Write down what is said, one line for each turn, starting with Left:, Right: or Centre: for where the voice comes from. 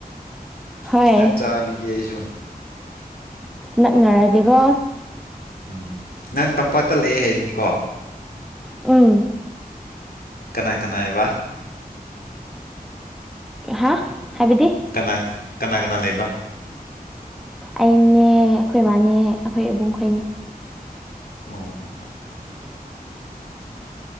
Centre: ꯍꯣꯏ
Left: ꯈꯤꯇꯪ ꯆꯥꯕꯤꯒꯦ ꯑꯩꯁꯨ
Centre: ꯅꯛꯅꯔꯗꯤꯀꯣ
Left: ꯎꯝ ꯅꯪ ꯇꯝꯄꯥꯛꯇ ꯂꯩ ꯍꯥꯏꯕꯅꯤꯀꯣ
Centre: ꯎꯝ
Left: ꯀꯅꯥ ꯀꯅꯥꯏꯕ
Centre: ꯍꯥ ꯍꯥꯏꯕꯗꯤ
Left: ꯀꯅꯥ ꯀꯅꯥ ꯀꯅꯥ ꯂꯩꯕ
Centre: ꯑꯩꯅꯦ ꯑꯩꯈꯣꯏ ꯏꯕꯥꯅꯦ ꯑꯩꯈꯣꯏ ꯏꯕꯨꯡ ꯈꯣꯏꯅꯦ
Left: ꯑꯣ ꯑꯣ